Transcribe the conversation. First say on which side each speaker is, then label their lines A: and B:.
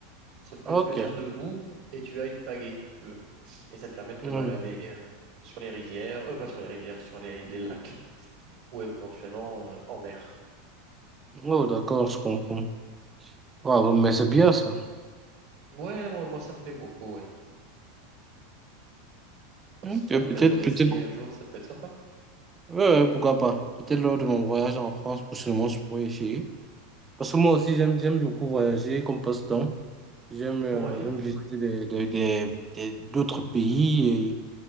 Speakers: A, on the right; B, on the right.
A: sauf que
B: Ok.
A: tu te tiens debout et tu as une pagaie, si tu veux. Et ça te permet de te
B: Hmm.
A: balader euh, sur les rivières, euh, pas sur les rivières, sur les, les lacs ou éventuellement euh, en mer.
B: Oh, d'accord, je comprends. Ouais, mais c'est bien ça.
A: Ouais, moi, moi ça me plaît beaucoup, ouais. Bah,
B: Ok,
A: si t'as l'occasion
B: peut-être,
A: d'essayer
B: peut-être,
A: un jour, ça peut être sympa.
B: ouais, ouais, pourquoi pas. Peut-être lors de mon voyage en France, prochainement, je pourrais essayer. Parce que moi aussi, j'aime, j'aime beaucoup voyager comme passe-temps. J'aime euh,
A: Ouais.
B: j'aime visiter des, des, des- des- d'autres pays